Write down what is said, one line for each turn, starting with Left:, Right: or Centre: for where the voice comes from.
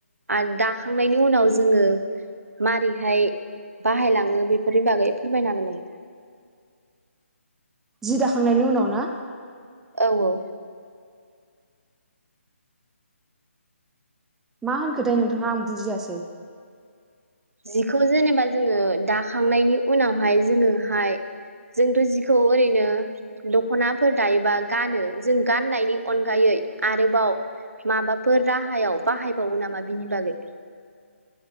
Right: आरो दाखांनायनि उनाव जोङो मारैहाय बाहायलाङो बेफोरनि बागै फोरमायनो हागोन नामा?
Centre: सिदाखांनायनि उनाव ना?
Right: औ औ
Centre: मा होनखो थाय नोंथाङा आं बुजियासो।
Right: जिखौ जेनेबा जोङो दाखांनायनि उनावहाय जोङोहाय जोंथ' जिखौ ओरैनो दख'नाफोर दायोबा गानो जों गाननायनि अनगायै आरोबाव माबाफोर राहायाव बाहायबावो नामा बिनि बागै।